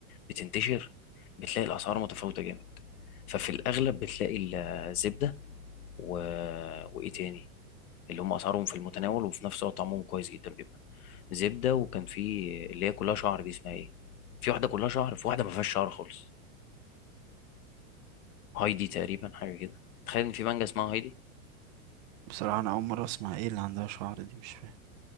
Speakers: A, on the left; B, on the right.
A: بتنتشر بتلاقي الأسعار متفاوتة جامد ففي الأغلب بتلاقي ال- الزبدة و... وإيه تاني اللي هم أسعارهم في المتناول وفي نفس الوقت طعمهم كويس جدا بيبقى زبدة وكان في اللي هي كلها شعر دي اسمها إيه في واحدة كلها شعر في واحدة ما فيهاش شعر خالص هايدي تقريبا حاجة كده تخيل إن في مانجا اسمها هايدي
B: بصراحة أنا أول مرة أسمع إيه اللي عندها شعر دي مش فاهم